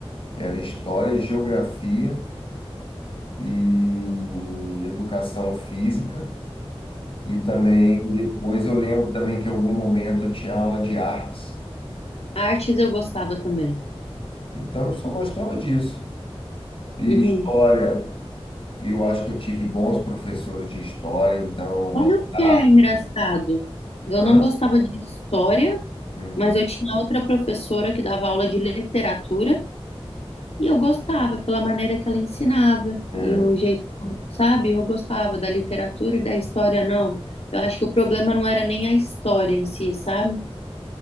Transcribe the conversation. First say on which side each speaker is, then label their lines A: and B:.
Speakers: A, on the left; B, on the left.
A: era história e geografia e educação física. E também depois eu lembro também que em algum momento eu tinha aula de artes.
B: Artes eu gostava também.
A: Então eu só gostava disso. E
B: Uhum.
A: história, eu acho que eu tive bons professores de história, então
B: Olha
A: eu adorava.
B: o que é engraçado. Eu
A: Hã?
B: não gostava de história,
A: Uhum.
B: Mas eu tinha outra professora que dava aula de literatura e eu gostava pela maneira que ela ensinava
A: É,
B: e o jeito, sabe? Eu gostava da literatura e da história, não. Eu acho que o problema não era nem a história em si, sabe?